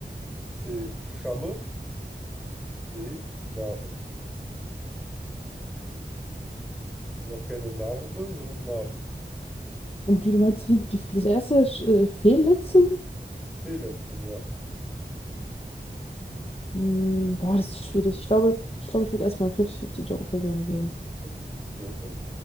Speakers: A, in the centre; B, on the left.
A: C. Schamme. D. Narbe. Also auch keine Narbe, sondern Narbe.
B: Und wie du meinst, wie die, diese erste äh, Fehlletzung?
A: Fehlletzung, ja.
B: Hm, boah, das ist schwierig. Ich glaube, ich glaube, ich würde erstmal einen 50-50-Joker gerne wählen.
A: Ein 50-50-Joker.